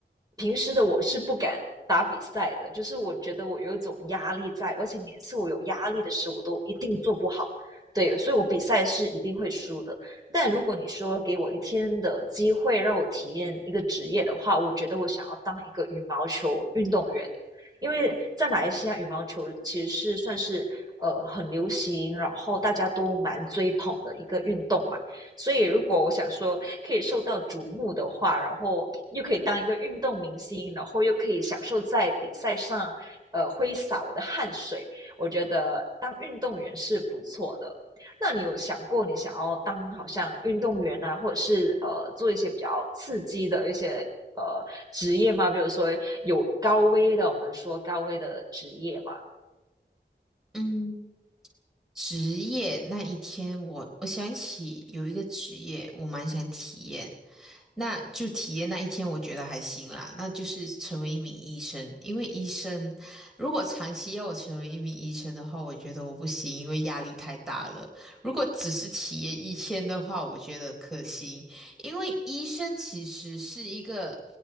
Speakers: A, on the right (about 20°); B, in the centre.
A: 平时的我是不敢打比赛的，就是我觉得我有一种压力在，而且每次我有压力的时候，我都一定做不好。对，所以我比赛是一定会输的。但如果你说给我一天的机会让我体验一个职业的话，我觉得我想要当一个羽毛球运动员，因为在马来西亚羽毛球其实是算是呃很流行，然后大家都蛮追捧的一个运动嘛。所以，如果我想说可以受到瞩目的话，然后又可以当一个运动明星，然后又可以享受在比赛上，呃，挥洒我的汗水，我觉得当运动员是不错的。那你有想过你想要当好像运动员啊，或者是呃做一些比较刺激的一些呃职业吗？比如说有高危的，我们说高危的职业嘛。
B: 嗯，职业那一天我，我想起有一个职业我蛮想体验，那就体验那一天，我觉得还行啦。那就是成为一名医生，因为医生如果长期要我成为一名医生的话，我觉得我不行，因为压力太大了。如果只是体验一天的话，我觉得可行，因为医生其实是一个